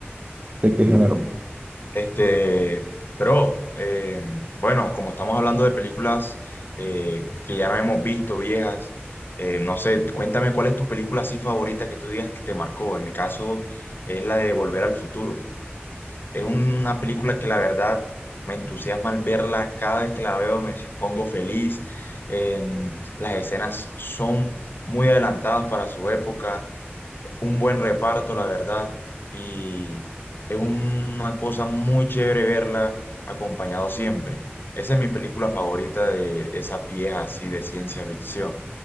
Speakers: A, on the right (about 35°); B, on the left (about 55°).
A: ¿De qué género?
B: Este, pero eh, bueno, como estamos hablando de películas eh, que ya no hemos visto, viejas, eh, no sé, cuéntame cuál es tu película así favorita que tú digas que te marcó. En mi caso es la de Volver al Futuro. Es una película que la verdad me entusiasma al verla. Cada vez que la veo me pongo feliz. Em, las escenas son muy adelantadas para su época un buen reparto, la verdad, y es una cosa muy chévere verla acompañado siempre. Esa es mi película favorita de esa pieza así de ciencia ficción.